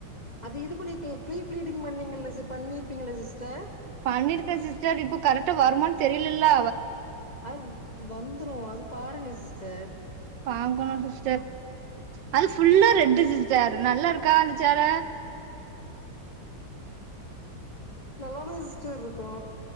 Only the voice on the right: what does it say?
பண்ணிருக்கே சிஸ்டர் இப்ப கரெக்டா வருமானு தெரிலலே
பாக்கணு சிஸ்டர் அது ஃபுல்லா
ரெட்டு சி ஸ்டார் நல்லா இருக்கா அந்தச்சேல